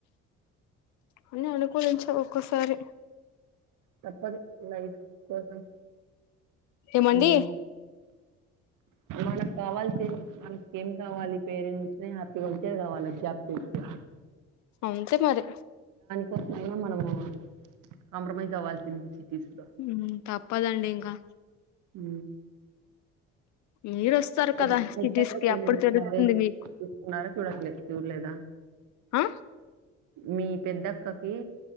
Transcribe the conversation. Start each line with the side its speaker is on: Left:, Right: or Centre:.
Left: అన్న అనుకూలించా ఒక్కసారి
Right: తప్పదు లైఫ్ కోసం
Left: ఏమండి
Right: అన్ని మనకు కావాల్స మనకి ఏం కావాలి పేరెంట్స్ ని హ్యాపీగా ఉంచేది కావాలి అది జాబ్ చేస్తే
Left: అంతే మరి
Right: కోసమైనా మనము కాంప్రమైజ్ అవ్వాల్సింది సిటీస్ లో
Left: మ్మ్ తప్ పదండీ ఇంకా
Right: ఊ
Left: మీరు వస్తారు
Right: <unintelligible>
Left: కదా సిటీస్ కి అప్పుడు తెలుస్తుంది మీకు
Right: చూడట్లె చూడ్లేదా
Left: అ
Right: మీ పెద్దక్కకీ.